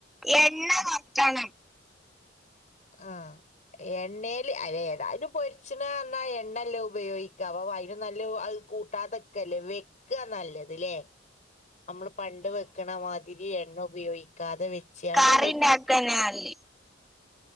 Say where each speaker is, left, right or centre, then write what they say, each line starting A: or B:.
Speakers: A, in the centre; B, on the left.
A: എണ്ണ വറ്റണം
B: അ എണ്ണേല് ഏതായാലും പൊരി ച്ച്ണ് പറഞ്ഞ എണ്ണല്ലെ ഉപയോഗിക്ക അയിനും നല്ലെ അത്കൂട്ടാതൊക്കെല്ലേ. വെ വക്ക നല്ലത് ലേ നമ്മള് പണ്ട് വെക്കണ മാതിരി എണ്ണ ഉപയോഗിക്കാതെ വെ ചെയ്യാണ്ട്
A: കറി
B: നമ്മള്
A: ഉണ്ടാക്കാനാല്
B: കൂട്ട്